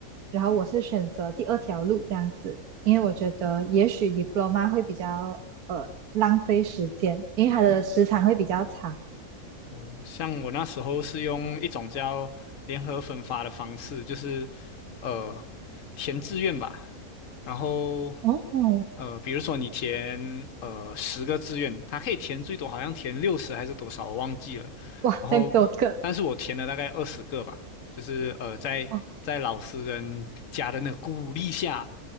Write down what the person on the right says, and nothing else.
然后我是选择第二条路这样子，因为我觉得也许 diploma 会比较呃浪费时间，因为它的时长会比较长。
哦，
哇，
这样多个
哦